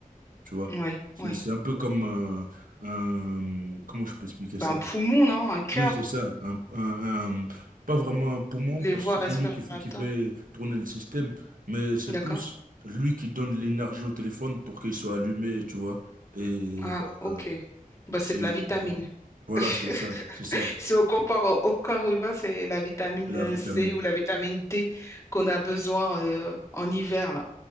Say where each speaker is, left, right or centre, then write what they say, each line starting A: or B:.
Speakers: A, on the right; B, on the left.
A: Tu vois,
B: Oui,
A: c'est
B: oui.
A: c'est un peu comme un, un- comment je peux expliquer
B: Ben,
A: ça?
B: un poumon, non? Un cœur,
A: Oui, c'est ça. Un, un- un- pas vraiment un poumon,
B: les
A: parce
B: voies
A: que c'est
B: respiratoires.
A: pas lui qui, f- qui fait tourner le système, mais c'est
B: D'accord?
A: plus lui qui donne l'énergie au téléphone pour qu'il soit allumé, tu vois. Et
B: Ah,
A: bon,
B: ok.
A: euh,
B: Bah,
A: c'est
B: c'est de la
A: le-
B: vitamine.
A: voilà,
B: <laughs>
A: c'est ça, c'est ça,
B: Si on compare au, au corps humain, c'est la vitamine
A: c'est la
B: euh,
A: vitamine,
B: C ou la vitamine D qu'on a besoin euh, en hiver, là,